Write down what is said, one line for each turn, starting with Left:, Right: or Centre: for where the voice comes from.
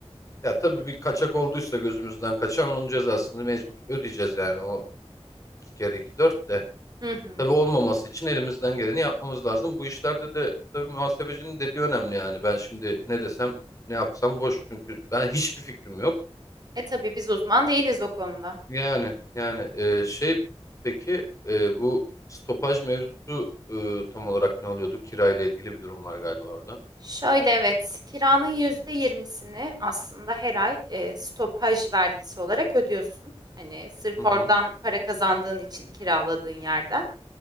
Left: Ya tabii bir kaçak olduysa gözümüzden kaçan onun cezasını mecbur ödeyeceğiz yani. O iki kere iki dört de.
Right: Hı hı.
Left: Tabii olmaması için elimizden geleni yapmamız lazım. Bu işlerde de tabii muhasebecinin dediği önemli yani. Ben şimdi ne desem ne yapsam boş çünkü ben hiçbir fikrim yok.
Right: E tabii biz uzman değiliz o konuda.
Left: Yani yani e, şey peki e, bu stopaj mevzusu e, tam olarak ne oluyordu? Kirayla ilgili bir durum var galiba orada.
Right: Şöyle evet, kiranın yüzde yirmisini aslında her ay e, stopaj vergisi olarak ödüyorsun. Hani sırf
Left: Hı hı.
Right: oradan para kazandığın için kiraladığın yerden.